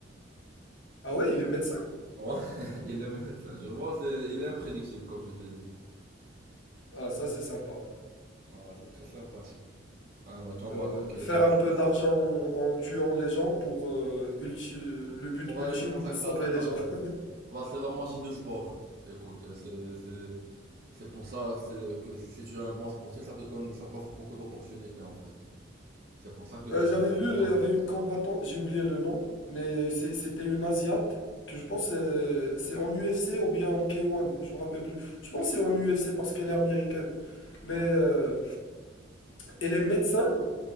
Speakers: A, on the left; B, on the right.
A: Ah ouais, il est médecin?
B: Ouais, <laughs> il est médecin, je vois, c'est, il est imprédictible, comme je t'ai dit.
A: Ah, ça, c'est sympa.
B: Ouais, c'est très sympathique. Un combattant
A: Euh,
B: qui
A: faire
B: est médecin,
A: un peu d'argent en, en tuant les gens pour euh, ulti- le but
B: pour
A: ultime
B: aller se consacrer
A: de sauver
B: à sa carrière.
A: les gens. <laughs>
B: Bah, c'est la magie du sport. Écoute, c'est, c'est, C'est pour ça, c'est que si tu es un bon sportif, ça te donne, ça t'offre beaucoup d'opportunités en fait. C'est pour ça que
A: Euh, j'avais vu,
B: dans-
A: il y avait une combattante, j'ai oublié le nom, mais c'est- c'était une Asiate que je pense euh, c'est en UFC ou bien en K1, je me rappelle plus. Je pense que c'est en UFC parce qu'elle est américaine. Mais
B: ouais,
A: euh, elle est médecin